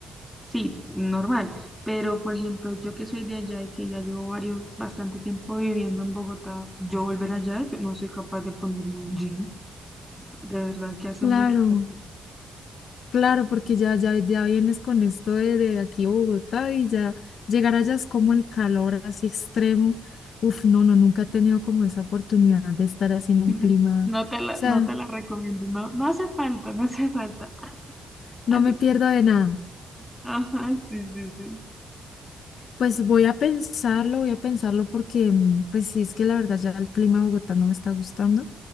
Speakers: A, in the centre; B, on the left (about 65°).
A: Sí, normal, pero por ejemplo, yo que soy de allá y que ya llevo varios, bastante tiempo viviendo en Bogotá, yo volver allá, yo no soy capaz de ponerme un jean, de verdad que hace
B: Claro,
A: mucho calor.
B: claro, porque ya, ya, ya vienes con esto de, de aquí a Bogotá y ya llegar allá es como el calor así extremo. Uf, no, no, nunca he tenido como esa oportunidad de estar así en un
A: <laughs>
B: clima.
A: No
B: O
A: te la,
B: sea,
A: no te la recomiendo, no, no hace falta, no hace falta, a-
B: no
A: así
B: me pierdo
A: como está.
B: de nada.
A: <laughs> Ajá, sí, sí, sí.
B: Pues voy a pensarlo, voy a pensarlo porque, mm, pues sí, es que la verdad ya el clima de Bogotá no me está gustando.